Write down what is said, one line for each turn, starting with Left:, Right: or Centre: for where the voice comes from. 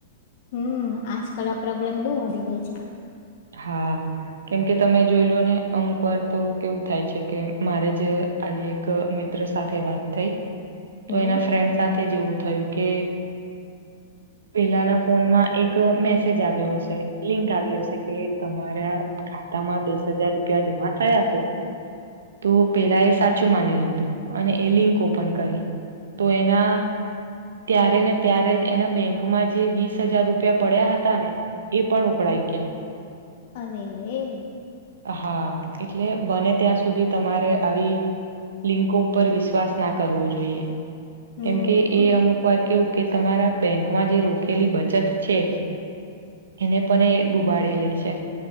Left: હમ આજકાલ આ પ્રોબ્લેમ બહુ વધી ગઈ છે
Right: હા કેમકે તમે જોઈ લો ને અમુક વાર તો કેવું થાય છે કે મારે જ આજે એક મિત્ર સાથે વાત થઈ તો
Left: હમ
Right: એના ફ્રેન્ડ સાથેવું થયું કે પેલાના ફોનમાં એક મેસેજ આવ્યો હશે લિંક આવી હશે કે તમારા ખાતા માં દસ હજાર રૂપિયા જમા થયા છે તો પેલા એ સાચું માની લીધું અને એ લિંક ઓપન કરી તો એના ત્યારે ને ત્યારે એના બેંકમાં જે વીસ હજાર રૂપિયા પડ્યા હતા ને એ પણ ઉપળાઈ ગયા
Left: અરે રે
Right: હા એટલે બને ત્યાં સુધી તમારે આવી લિંકો ઉપર વિશ્વાસ ના કરવો જોઈએ
Left: હમ
Right: કેમકે એ અમુક વાર કેવુ કે તમારા બેંકમાં જે રોકેલી બચત છે એને પણ એ ડુબાડી લે છે